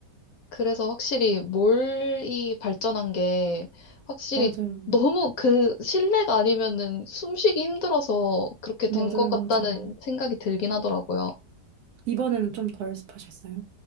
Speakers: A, on the left (about 65°); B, on the right (about 70°).
A: 그래서 확실히 몰이 발전한 게 확실히
B: 맞아요.
A: 너무 그 실내가 아니면은 숨쉬기 힘들어서 그렇게 된
B: 맞아요.
A: 것 같다는
B: 맞아요.
A: 생각이 들긴 하더라고요.
B: 이번에는 좀 덜 습하셨어요?